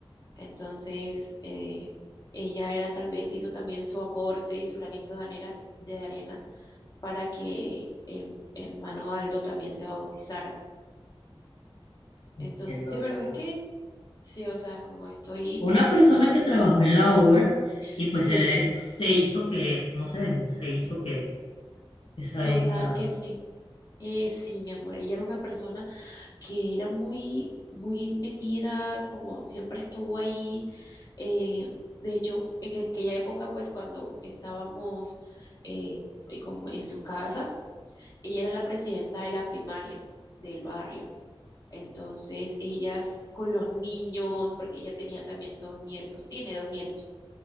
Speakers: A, on the left; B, on the left.
A: Entonces, eh, ella era tal vez hizo también su aporte y su granito de arena, de arena para que el hermano Aldo también se bautizara. Entonces,
B: Entiendo,
A: de
B: mi
A: verdad
B: amor.
A: es que sí, o sea, como estoy,
B: Fue una persona que trabajó en la obra y
A: sí,
B: pues se, de- se hizo querer. No se dejó, se hizo querer. Esa
A: total
B: es la...
A: que sí. Eh, sí, mi amor, ella era una persona que era muy, muy metida, como siempre estuvo ahí. eh, de hecho, en aquella época, pues cuando estábamos eh, eh, como en su casa, ella era la presidenta de la primaria del barrio. Entonces, ellas con los niños, porque ella tenía también dos nietos, tiene dos nietos.